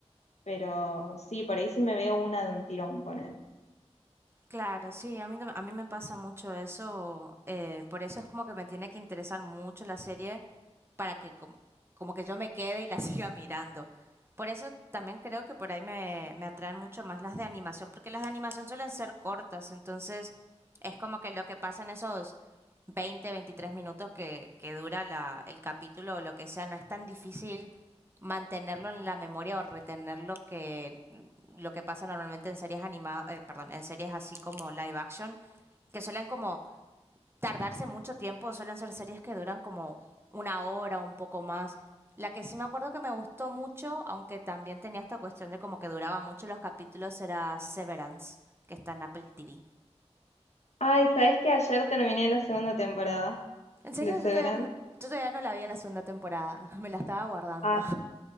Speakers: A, on the left; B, on the right.
A: Pero sí, por ahí sí me veo una de un tirón, poner.
B: Claro, sí, a mí, tam- a mí me pasa mucho eso, eh, por eso es como que me tiene que interesar mucho la serie para que como, como que yo me quede y la <laughs> siga mirando. Por eso también creo que por ahí me, me atraen mucho más las de animación, porque las de animación suelen ser cortas, entonces es como que lo que pasa en esos 20, 23 minutos que, que dura la, el capítulo o lo que sea, no es tan difícil mantenerlo en la memoria o retener lo que, lo que pasa normalmente en series animadas, eh, perdón, en series así como live action, que suelen como tardarse mucho tiempo, suelen ser series que duran como una hora, un poco más. La que sí me acuerdo que me gustó mucho, aunque también tenía esta cuestión de como que duraba mucho los capítulos, era Severance, que está en Apple TV.
A: Ay, ¿sabés que ayer terminé la segunda temporada
B: En serio,
A: de Severance?
B: yo todavía no, yo todavía no la vi en la segunda temporada. <laughs> Me la estaba guardando.
A: Ah,